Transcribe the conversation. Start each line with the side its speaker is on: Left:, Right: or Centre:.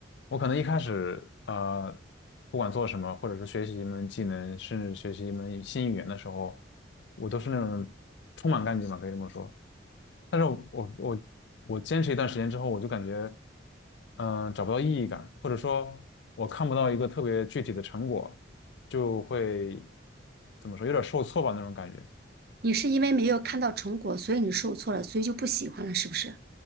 Left: 我可能一开始呃，不管做什么，或者是学习一门技能，甚至学习一门新语言的时候，我都是那种充满干劲吧，可以这么说。但是我我我我坚持一段时间之后，我就感觉，嗯、找不到意义感，或者说，我看不到一个特别具体的成果，就会怎么说，有点受挫吧那种感觉。
Right: 你是因为没有看到成果，所以你受挫了，所以就不喜欢了，是不是？